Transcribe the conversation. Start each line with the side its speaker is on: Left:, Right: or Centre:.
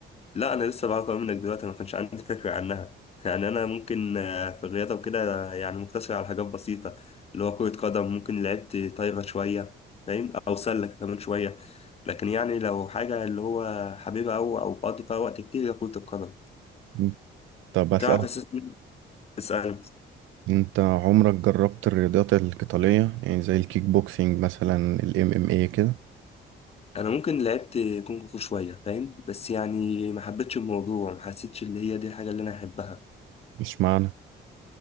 Left: لا انا لسه بعرف أوي منك دلوقتي ما كانش عندي فكرة عنها يعني انا ممكن آه، في الرياضة وكده آه، يعني مقتصر على حاجات بسيطة اللي هو كرة قدم ممكن لعبت طايرة شوية فاهم او سلة كمان شوية لكن يعني لو حاجة اللي هو حبيبها او او بقضي فيها وقت كتير هي كرة القدم
Right: مم. طب اسألك
Left: تعرف اساسا اسأل
Right: انت عمرك جربت الرياضات القتالية يعني زي الكيك بوكسينج مثلا الام ام اي كده
Left: انا ممكن لعبت كونغ فو شويه فاهم بس يعني ما حبيتش الموضوع ما حسيتش ان هي دي الحاجه اللي انا احبها
Right: مش معنى